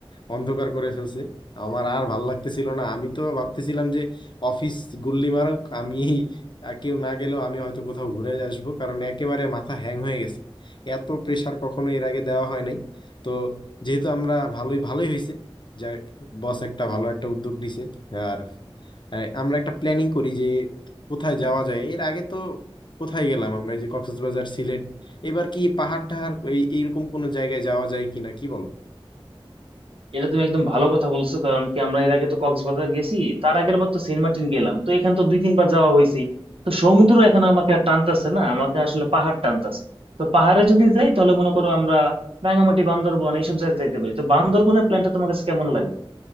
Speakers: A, on the left; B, on the right.
A: অন্ধকার করে ফেলছে আমার আর ভাল লাগতেছিল না আমি তো ভাবতেছিলাম যে অফিস গুল্লি মারুক আমি আর কেউ না গেলেও আমি হয়তো কোথাও ঘুরে আসবো কারণ একেবারে মাথা হ্যাং হয়ে গেছে এত প্রেসার কখনো এর আগে দেওয়া হয় নাই তো যেহেতু আমরা ভালোই ভালোই হয়েছে যা বস একটা ভালো একটা উদ্যোগ নিছে আর আহ, আমরা একটা প্ল্যানিং করি যে কোথায় যাওয়া যায় এর আগে তো কোথায় গেলাম আমরা এই যে কক্সবাজার সিলেট এবার কি পাহাড় টাহাড় এই এইরকম কোনো জায়গায় যাওয়া যায় কিনা কি বলো
B: এটা তুমি একদম ভালো কথা বলছো কারণ কি আমরা এর আগে তো কক্সবাজার গেছি তার আগের বার তো সেন্ট মার্টিন গেলাম তো এখান তো দুই তিনবার যাওয়া হয়েছে তো সমুদ্র এখন আমাকে আর টানতাছে না আমাকে আসলে পাহাড় টানতাছে তো পাহাড়ে যদি যাই তাহলে মনে করো আমরা রাঙামাটি বান্দরবন এইসব জায়গায় যাইতে পারি তো বান্দরবনের প্ল্যানটা তোমার কাছে কেমন লাগে